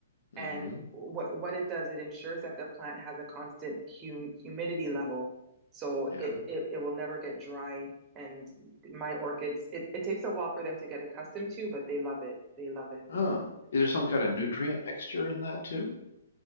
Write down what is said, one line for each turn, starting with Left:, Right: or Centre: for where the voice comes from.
Left: mm
Right: And
Left: hmm
Right: what what it does, it ensures that the plant has a constant hum humidity level, so
Left: Yeah.
Right: it, it it will never get dry. And my orchids, it, it takes a while for them to get accustomed to, but they love it. They love it.
Left: Oh, is there some kind of nutrient mixture in that too?